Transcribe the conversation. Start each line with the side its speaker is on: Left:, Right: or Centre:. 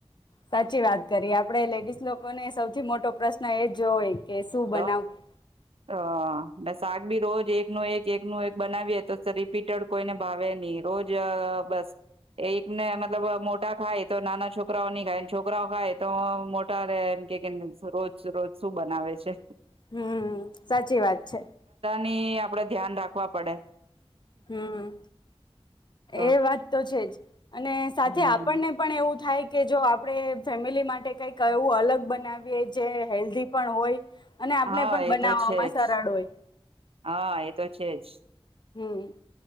Left: સાચી વાત કરીએ આપડે લેડીઝ લોકો ને સૌથી મોટો પ્રશ્ન એ જ હોય કે શું
Right: હ
Left: બનાવું
Right: હ શાક બી રોજ એકનું એક એકનું એક બનાવીએ તો રિપીટેડ કોઈને ભાવે નહી રોજ બસ એકને મતલબ મોટા ખાય તો નાના છોકરાઓ નહી ખાય છોકરાઓ ખાય તો મોટા ર એમ કેને રોજ રોજ શું બનાવે છે
Left: હમ સાચી વાત છે.
Right: ની આપડે ધ્યાન રાખવા પડે.
Left: હમ
Right: તો
Left: એ વાત તો છે જ અને સાથે
Right: હમ
Left: આપણને પણ એવું થાય કે જો આપણે ફેમિલી માટે કંઈક એવું અલગ બનાવીએ જે હેલ્ધી પણ હોય અને આપણે
Right: હા
Left: પણ
Right: એ
Left: બનાવવામાં
Right: તો છે જ
Left: સરળ હોય
Right: હા એ તો છે જ
Left: હમ